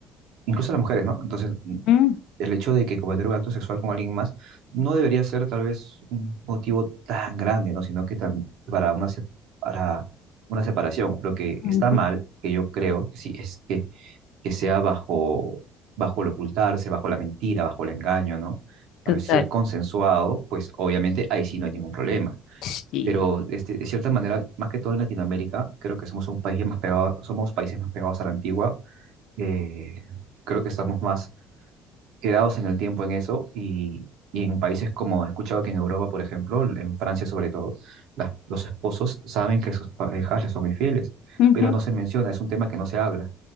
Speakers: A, on the right (about 75°); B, on the left (about 70°).
A: incluso las mujeres, ¿no? Entonces,
B: ujú.
A: el hecho de que cometer un acto sexual con alguien más no debería ser tal vez un motivo tan grande, ¿no? Sino que tan, para una, se- para una separación. Lo que
B: Ujú,
A: está mal, que yo creo que sí, es que, que sea bajo, bajo el ocultarse, bajo la mentira, bajo el engaño, ¿no? En
B: Total.
A: cambio, si es consensuado, pues obviamente ahí sí no hay ningún problema.
B: Sí.
A: Pero este, de cierta manera, más que todo en Latinoamérica, creo que somos un país más pegado, somos países más pegados a la antigua. eh, creo que estamos más quedados en el tiempo en eso y, y en países como he escuchado que en Europa, por ejemplo, en Francia sobre todo, las- los esposos saben que sus parejas les son infieles,
B: Ujú,
A: pero no se menciona, es un tema que no se habla.